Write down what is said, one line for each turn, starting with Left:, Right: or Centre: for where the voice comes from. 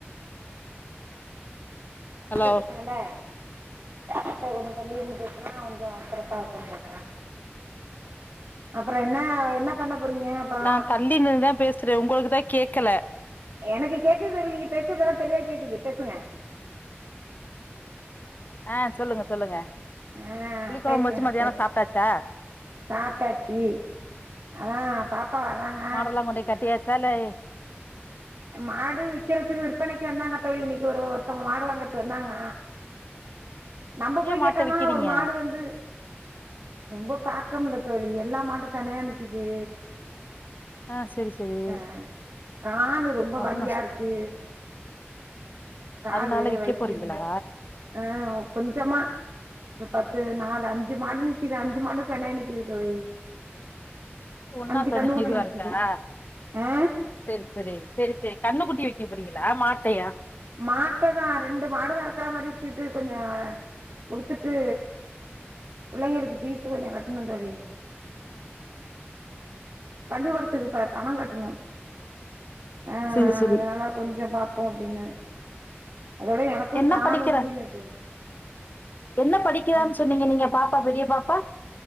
Left: ஹலோ
Right: பக்கத்துல இருக்காங்கல்ல கொஞ்சோ தள்ளி நின்னு பேசுனா கொஞ்சோ சிறப்பா இருக்குனு பாக்குற அப்பறோ என்னா என்னா பண்ண போறீங்க அப்பறோ
Left: நா தள்ளி நின்னுதா பேசுற ஒங்களுக்குதா கேக்கல
Right: எனக்கு கேக்குது தோழி நீங்க பேசுரதெல்லா தெளிவா கேக்குது பேசுங்க
Left: ஆ சொல்லுங்க சொல்லுங்க
Right: ஆ
Left: புளிக்கொழம்பு
Right: பேசுங்க
Left: வச்சு மதியான
Right: பேசு
Left: சாப்ட்டாச்சா
Right: சாப்டாச்சு அதா பா ப்பா வறாங்க
Left: மாடெல்லா கொண்டி கட்டியாச்சா இல்லே
Right: மாடு விக்கறதுக்கு விற்பனைக்கு வந்தாங்க தோழி இன்னைக்கு ஒரு ஒருத்தவங்க மாடு வாங்கறதுக்கு வந்தாங்க நம்ம போய்
Left: ஏ மாட்ட
Right: கேட்டோனா
Left: விக்கிறீங்க
Right: ஒரு மாடு வந்து ரொம்ப பாக்க முடில தோழி எல்லா மாடு செனையா நிக்கிது
Left: ஆ சேரி சேரி
Right: ஆ காலு ரொம்ப
Left: அதுனா
Right: வலியா இருக்கு காலு
Left: அதனால விக்க
Right: வைத்தியம்
Left: போறீங்களா
Right: பண்ணிக்க ஆ கொஞ்சமா இது பத்து நாலு அஞ்சு மாடு நிக்குது அஞ்சு மாடு செனையா நிக்குது தோழி
Left: ஒன்னா
Right: அஞ்சு கண்ணு குட்டி
Left: இது
Right: நிக்குது
Left: இருக்கா
Right: ஆ
Left: செரி செரி செரி செரி கண்ணு குட்டி விக்க போறீங்களா மாட்டையா
Right: மாட்ட தா ரெண்டு மாடு கறக்கிற மாரி வச்சிட்டு கொஞ்சோ கொடுத்துட்டு புள்ளைங்களுக்கு பீஸ் கொஞ்சோ கட்டணு தோழி பள்ளிக்கூடத்துக்கு ப பணம் கட்டணு ஆ
Left: சேரி சேரி
Right: அதா கொஞ்சோ பாப்போ அப்டின்னு அதோட எனக்கு
Left: என்ன
Right: காலு
Left: படிக்கிறா
Right: முடியல தோழி
Left: என்ன படிக்கிறானு
Right: ஆ
Left: சொன்னீங்க நீங்க பாப்பா பெரிய பாப்பா